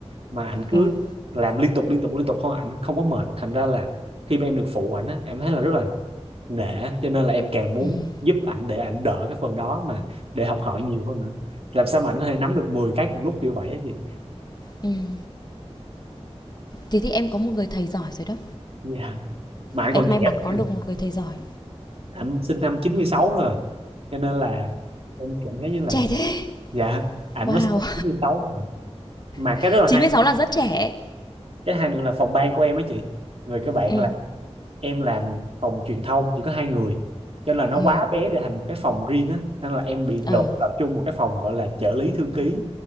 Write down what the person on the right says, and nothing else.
mà ảnh cứ
làm liên tục liên tục liên tục thôi. ảnh không có mệt thành ra là khi mà em được phụ ảnh á em thấy là rất là nể cho nên là em càng muốn
giúp ảnh để ảnh đỡ cái phần đó mà để học hỏi nhiều hơn nữa làm sao mà ảnh có thể nắm được 10 cái cùng lúc kiểu vậy á gì
Dạ. mà ảnh
còn
trẻ
nha.
ảnh sinh năm 96 thôi à. cho nên là em cảm thấy như là
dạ ảnh
mới sinh năm 96 thôi à. mà
cái rất là
hay
cái hay nữa là phòng ban của em á chị về các bạn
là em làm phòng truyền thông chỉ có hai người cho nên là nó
quá bé để thành một cái phòng riêng á nên là em bị
gộp vào chung một cái phòng gọi là trợ lý thư ký